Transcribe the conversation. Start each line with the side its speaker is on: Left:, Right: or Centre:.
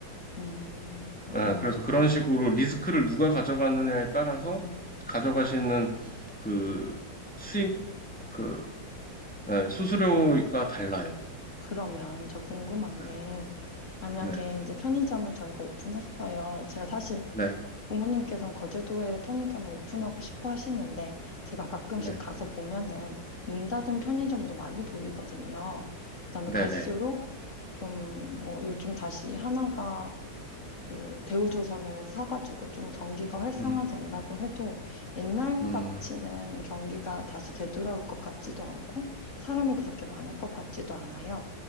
Left: 음, 그럼
Centre: 아, 그래서 그런
Left: 회사,
Centre: 식으로 리스크를 누가 가져가느냐에 따라서
Left: 음,
Centre: 가져가시는 그 수익 그 네, 수수료가 달라요.
Left: 그러면 저 궁금한
Centre: 네,
Left: 게 만약에
Centre: 네,
Left: 이제 편의점을 저희가 오픈했어요. 제가 사실
Centre: 네,
Left: 부모님께서는 거제도에 편의점을 오픈하고 싶어 하시는데 제가 가끔씩
Centre: 네,
Left: 가서 보면은 문 닫은 편의점도 많이 보이거든요. 그다음에
Centre: 네,
Left: 갈수록
Centre: 네.
Left: 좀 뭐 요즘 다시 하나가 그 대우조선을 사가지고 좀 경기가 활성화된다고
Centre: 음,
Left: 해도 옛날
Centre: 음,
Left: 같이는 경기가 다시 되돌아올 것 같지도 않고 사람이 그렇게 많을 것 같지도 않아요.